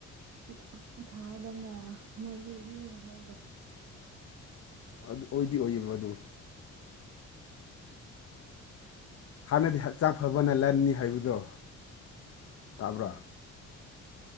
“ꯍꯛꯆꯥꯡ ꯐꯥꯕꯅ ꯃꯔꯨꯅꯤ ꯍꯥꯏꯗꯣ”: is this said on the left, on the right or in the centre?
Right